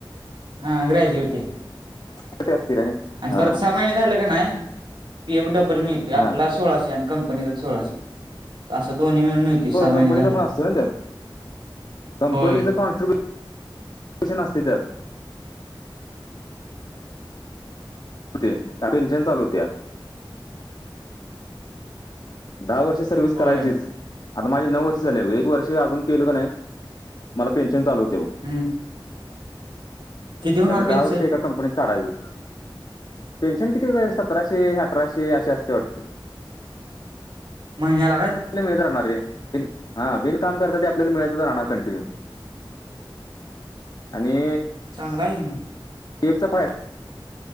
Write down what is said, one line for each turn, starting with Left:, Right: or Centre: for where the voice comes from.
Right: हा ग्रॅज्युएटी
Left: ग्रॅज्युएटी असते रे
Right: आणि
Left: हा
Right: परत सहा महिने झाले का नाही पी एफ डबल मिळते आपला
Left: हा
Right: सोळाशे आणि कंपनीचा सोळाचे असं दोन्ही मिळून मिळते सहा महिने
Left: कंपनीच
Right: झाले
Left: पण असतो ना त्यात कंपनीच
Right: होय
Left: कॉनट केशन असती त्यात
Right: नाही
Left: ते पेन्शन चालू होत्या दहा वर्ष सर्विस
Right: होय
Left: करायचीच आता माझे नऊ वर्ष झाले एक वर्ष अजून केल का नाही मला पेन्शन चालू होत्या बघ
Right: हम्म किती होणार
Left: त्यामुळे
Right: पेन्सिल
Left: दहा वर्षी एका कंपनीत काढायचच पेन्शन किती सतराशे, अठराशे अशी असते वाटत
Right: महिन्याला काय
Left: मिळत राहणार रे हा बिन काम करता ते आपल्याला मिळत राहणार कंटिन्यू आणि
Right: चांगला आहे की
Left: <unintelligible>